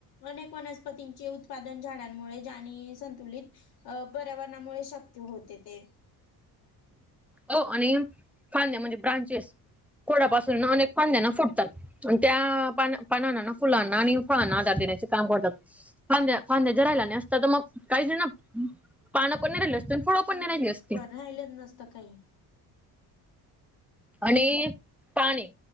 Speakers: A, on the left; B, in the centre.
A: अनेक वनस्पतींचे उत्पादन झाडांमुळे आणि आणि संतुलित अ पर्यावरणामुळे शक्य होते ते
B: हो आणि फांद्या म्हणजे ब्रांचेस खोडापासून अनेक फांद्याना फुटतात. त्या पाना पानांना फुलांना आणि फळांना आधार देण्याचे काम करतात. फांद्या फांद्या जरायला नाही असत तर मग काहीच ना पान पण नाही राहिली असती अन फळं पण नाही राहिली असती.
A: राहिलंत नसतं काही.
B: आणि पाणी